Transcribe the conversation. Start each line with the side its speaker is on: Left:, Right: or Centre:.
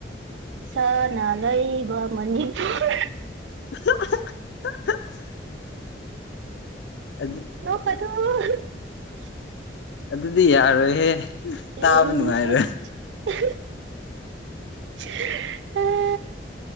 Right: ꯁꯅꯥ ꯂꯩꯩꯕꯥꯛ ꯃꯅꯤꯄꯨꯔ
Left: ꯍꯥ ꯍꯥ ꯍꯥ ꯍꯥ ꯑꯗꯤ
Right: <unintelligible>
Left: ꯑꯗꯨꯗꯤ ꯌꯥꯔꯣꯏꯍꯦ
Right: ꯎꯝ
Left: ꯇꯥꯕ ꯅꯨꯡꯉꯥꯏꯔꯣꯏ
Right: ꯍꯦ ꯍꯦ ꯍꯦ